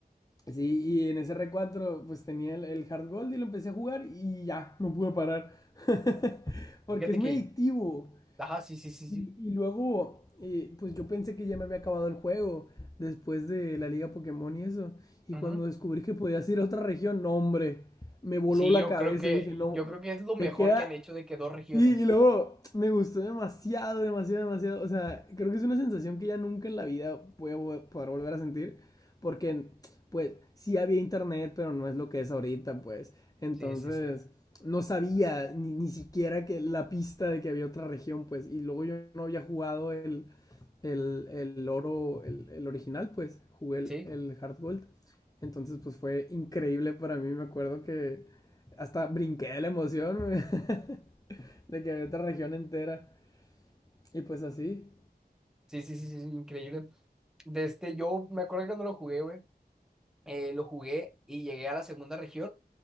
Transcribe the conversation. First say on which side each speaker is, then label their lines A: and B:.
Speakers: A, on the left; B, in the centre.
A: sí, y en ese R4 pues tenía el, el Hard Gold y lo empecé a jugar y ya, no pude parar. <laughs> Porque
B: Fíjate
A: es
B: que,
A: muy adictivo.
B: ajá, sí, sí, sí,
A: Y,
B: sí.
A: y luego, eh, pues yo pensé que ya me había acabado el juego después de la liga Pokémon y eso. Y
B: Ujú.
A: cuando descubrí que podías ir a otra región, no, hombre, me voló
B: Sí,
A: la
B: yo
A: cabeza.
B: creo que,
A: Dije, no,
B: yo creo que es lo mejor
A: me queda
B: que han hecho de que dos regiones.
A: Sí, y luego me gustó demasiado, demasiado, demasiado. O sea, creo que es una sensación que ya nunca en la vida voy a vo- poder volver a sentir. Porque, pues, sí había internet, pero no es lo que es ahorita, pues. Entonces,
B: Sí, sí, sí.
A: no sabía ni, ni siquiera que la pista de que había otra región, pues. Y luego yo no había jugado el, el, el oro, el, el original, pues. Jugué el,
B: Sí,
A: el Hard Gold. Entonces, pues fue increíble para mí. Me acuerdo que hasta brinqué de la emoción. <laughs> De que había otra región entera. Y pues así.
B: sí, sí, sí, sí, increíble. De este, yo me acuerdo que cuando lo jugué, güey. eh, lo jugué y llegué a la segunda región.